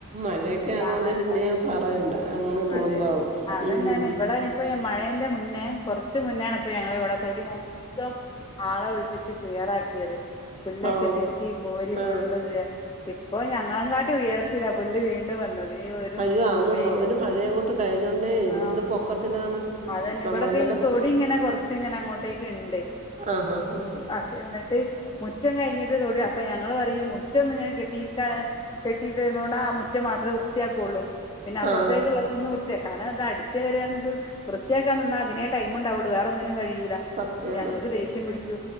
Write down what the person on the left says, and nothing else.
കാണാൻ
ണ്ടാവൂല
അതെ അതന്നെയാണ്
ഇവിടെ ഇപ്പ മഴെന്റെ മുൻ ന്നെ കൊറച്ച് കുച്ച് മുനാണെപ്പ ഞങ്ങളിവിടെ തൊടി മൊത്തം ആളെ വിളിപ്പിച്ച് ക്ലിയറാക്കിയത്. പുല്ലക്കെ
ചെത്തി കോരി ഫുള്ള്
ക്ലിയ ഇപ്പ ഞങ്ങളും കാട്ടി ഉയരത്തില പുല്ല് വീണ്ടും വന്നത്. ഈ ഒരു
വെയിലും
ആഹ്
അതന്നെ ഇവിടൊക്കെ
ഈ തൊടി ഇങ്ങനെ കൊറച്ചങ്ങനെ അങ്ങോട്ടേക്ക് ണ്ട്
അ എന്നിട്ട് മുറ്റം കഴിഞ്ഞിട്ട് തൊടി അപ്പ ഞ ഞങ്ങള് പറയും മുറ്റ ഒന്ന്‌ ഇങ്ങനെ കെട്ടിരിക്ക കെട്ടിയിട്ടതുകൊണ്ട് ആ മുറ്റ മാത്ര വൃത്തിയാക്കുള്ളൂ. പിന്നെപ്പറത്തേുള്ളതൊന്ന്
വൃത്തിയാക്കാനാ ഇതട് ച്ച് വാരാനിത് വൃത്തിയാക്കാൻ നിന്നാ അതിനേ ടൈംമുണ്ടാവൊള്ളൂ വേറൊന്നിനും കഴിയൂലാ
ട്ട് ഞങ്ങൾക്ക് ദേഷ്യം പിടിക്കൂ